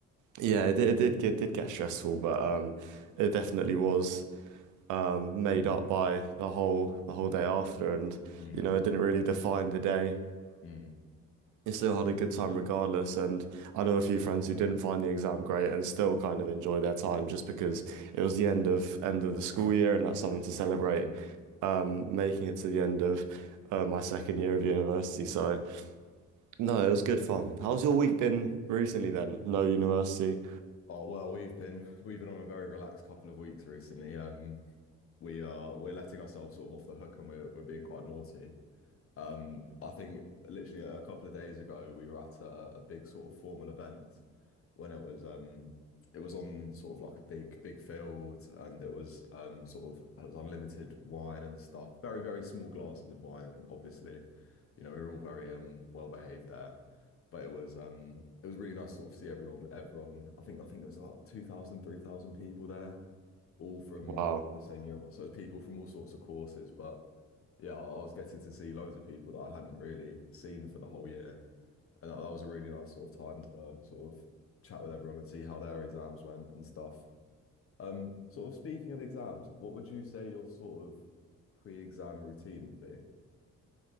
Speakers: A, on the right; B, on the left.
A: yeah, it, did- it did get did get stressful, but um it definitely was made
B: Mm.
A: up by the whole the whole day after and
B: Mm.
A: you know it didn't really define the day.
B: Mm.
A: You still had a good time regardless and I know a few friends who didn't find the exam great and still kind of enjoy their time just because it was the end of end of the school year and that's something to celebrate.
B: Mm.
A: Um, making it to the end of uh, my second year of university, so
B: Mm.
A: no, it was good fun. How's your week been recently then? No university.
B: Oh well, we've been we've been on a very relaxed couple of weeks recently. Um, we are we're letting ourselves sort of off the hook, and we're we're being quite naughty. Um, I think literally a couple of days ago we were at a, a big sort of formal event when it was um it was on sort of like a big big field and it was um sort of it was unlimited wine and stuff. Very, very small glasses of wine, and obviously. You know, we were all very um well behaved there. But it was um it was really nice to sort of see everyone everyone I think I think it was about two thousand 3,000 people there all from
A: Wow.
B: the same year of us. So it was people from all sorts of courses, but yeah, I I was getting to see loads of people that I hadn't really seen for the whole year. And that, that was a really nice sort of time to sort of chat with everyone and see how their exams went and stuff. Um, sort of speaking of exams, what would you say your sort of pre-exam routine would be?